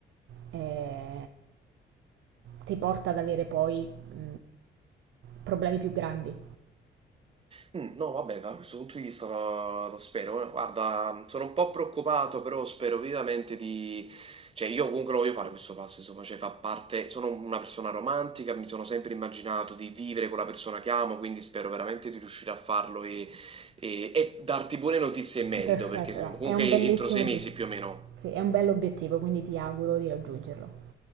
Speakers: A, on the right (about 75°); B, on the right (about 30°).
A: e ti porta ad avere poi mh, problemi più grandi.
B: Mh, no vabbè, da questo punto di vista lo lo spero, eh. Guarda, sono un po' preoccupato, però spero vivamente di cioè io comunque lo voglio fare questo passo, insomma, cioè fa parte sono una persona romantica, mi sono sempre immaginato di vivere con la persona che amo, quindi spero veramente di riuscire a farlo e e e darti buone notizie in merito,
A: Perfetto,
B: perché se
A: dai,
B: comunque
A: è un bellissimo,
B: entro 6
A: obie-
B: mesi più o meno.
A: sì, è un bell'obiettivo, quindi ti auguro di raggiungerlo.